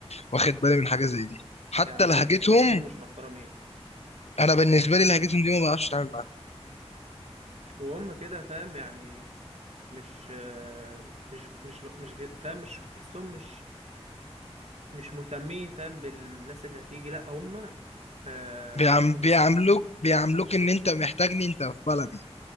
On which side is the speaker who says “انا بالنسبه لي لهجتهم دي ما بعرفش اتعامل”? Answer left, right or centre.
Left